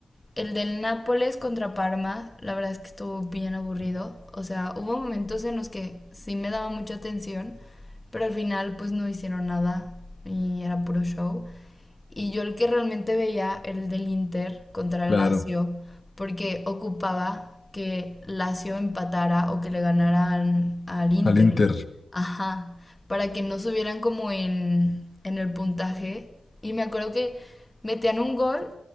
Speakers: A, on the left (about 15°); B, on the left (about 40°).
A: el del Nápoles contra Parma, la verdad es que estuvo bien aburrido. O sea, hubo momentos en los que sí me daba mucha atención, pero al final pues no hicieron nada y era puro show. Y yo el que realmente veía era el del Inter contra
B: Claro,
A: el Lazio, porque ocupaba que Lazio empatara o que le ganara al, al Inter.
B: al Inter.
A: Ajá, para que no subieran como en, en el puntaje. Y me acuerdo que metían un gol